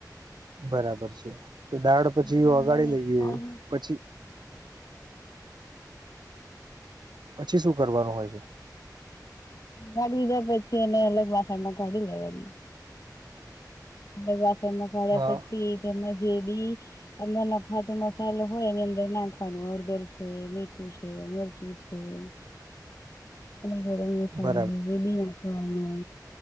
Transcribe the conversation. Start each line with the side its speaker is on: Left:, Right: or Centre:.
Right: બરાબર છે તો દાળ પછી
Left: એટલું
Right: વઘારી
Left: અંદર મિક્સ
Right: લઈએ
Left: કરી
Right: પછી. પછી શું કરવાનું હોય છે.
Left: ગળી દીધા પછી એને અલગ વાસણ મા કાઢી લેવાની. અલગ વાસણમાં કાઢ્યા
Right: હા
Left: પછી તેમાંનાં જે ડીશ તમા નખાતો મસાલો હોય એની અંદર નાખવાનું હળદર છે મીઠું છે મરચું છે. હમમ.
Right: <inaudible>
Left: એ <unintelligible>
Right: બરાબર
Left: એબી નાખવાનું